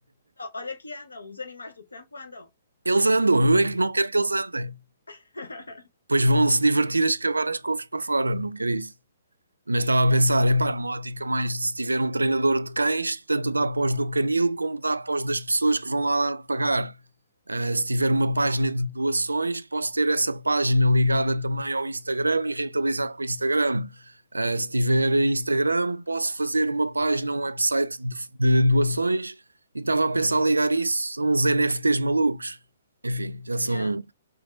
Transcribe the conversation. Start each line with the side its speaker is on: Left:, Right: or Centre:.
Left: O- Olha que andam, os animais do campo andam.
Right: Eles andam, eu é que não quero que eles andem.
Left: <laughs>
Right: Pois vão se divertir a escavar as couves para fora, não quero isso. Mas estava a pensar, epá, numa ótica mais, se tiver um treinador de cães, tanto dá pós do canil como dá pós das pessoas que vão lá pagar. Ah, se tiver uma página de doações, posso ter essa página ligada também ao Instagram e rentabilizar com o Instagram. Ah, se tiver
Left: Sim,
Right: Instagram, posso fazer uma página, um website de, de doações e estava a pensar ligar isso a uns NFTs malucos. Enfim, já são
Left: yeah,